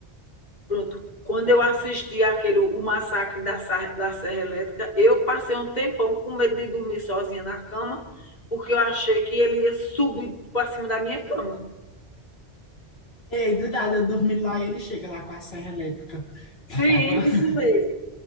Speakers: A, on the left; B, on the left.
A: pronto. Quando eu assisti aquele O Massacre da, Sar- da Serra Elétrica, eu passei um tempão com medo de dormir sozinha na cama, porque eu achei que ele ia subir para cima da minha cama.
B: Ei, do nada, eu dormi lá e ele chega lá com a serra elétrica.
A: Sim,
B: <laughs>
A: isso mesmo.